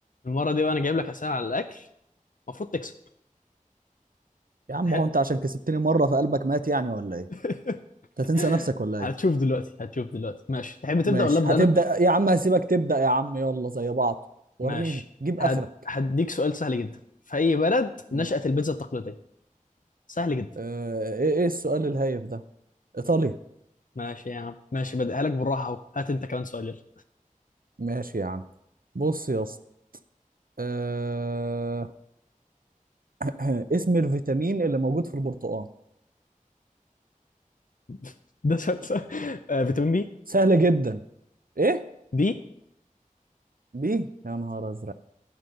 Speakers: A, on the left (about 70°); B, on the right (about 85°).
A: المرة دي بقى أنا جايب لك أسئلة على الأكل المفروض تكسب
B: يا عم
A: تح...
B: هو انت عشان كسبتني مره فقلبك مات يعني ولا ايه
A: <laughs>
B: انت هتنسى نفسك ولا
A: هتشوف
B: ايه
A: دلوقتي هتشوف دلوقتي ماشي تحب تبدأ
B: ماشي
A: ولا أبدأ
B: هتبدا
A: أنا؟
B: يا عم هسيبك تبدا يا عم يلا زي بعض وريني
A: ماشي
B: جيب
A: هد...
B: اخرك
A: هديك سؤال سهل جدا في أي بلد
B: ماشي.
A: نشأت البيتزا التقليدية؟ سهل جدا
B: آه، ايه ايه السؤال الهايف ده ايطاليا
A: ماشي يا عم ماشي بديها لك بالراحة أهو هات أنت كمان سؤال يلا
B: ماشي يا عم بص يا اسطى آه... <laughs> <clears throat> اسم الفيتامين اللي موجود في البرتقال
A: <laughs> ده سؤال سهل آه فيتامين بي
B: سهل جدا ايه
A: بي
B: بي يا نهار ازرق